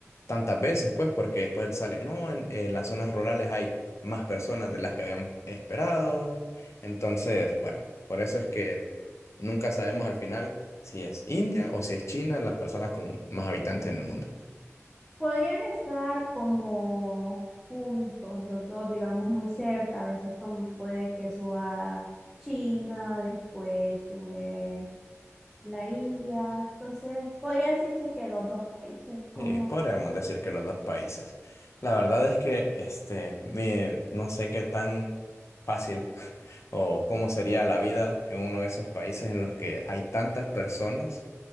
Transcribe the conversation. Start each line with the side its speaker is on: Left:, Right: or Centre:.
Left: tantas veces, pues, porque después salen, no, en, en las zonas rurales hay más personas de las que habíamos esperado. Entonces, bueno, por eso es que nunca sabemos al final si es India o si es China las personas con más habitantes en el mundo.
Centre: Podrían estar como juntos los dos, digamos muy cerca, a veces como puede que suba China, después sube... la India. Entonces, podría decirse que los dos países, como
Left: Sí, podríamos decir que los dos países. La verdad es que este, me- no sé qué tan fácil o cómo sería la vida en uno de esos países en los que hay tantas personas,